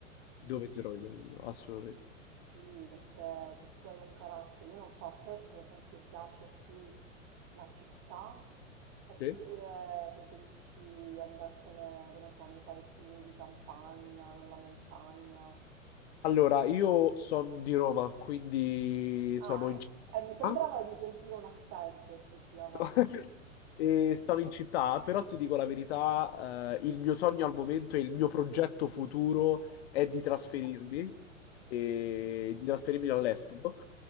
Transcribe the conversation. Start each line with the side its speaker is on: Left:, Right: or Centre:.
Left: Dove ti trovi meglio? Assolutamente.
Right: sì, perché se tu hai un carattere, io non so, a te per esempio piace più la città oppure
Left: Sì.
Right: preferisci andartene, che ne so, nei paesini di campagna, nella montagna?
Left: Allora, io sono di Roma, quindi
Right: Ah,
Left: sono in
Right: ecco.
Left: città.
Right: Eh, mi sembrava di sentire un accento effettivamente.
Left: <laughs> E sono in città, però ti dico la verità, eh, il mio sogno al momento e il mio progetto futuro è di trasferirmi, e di trasferirmi all'estero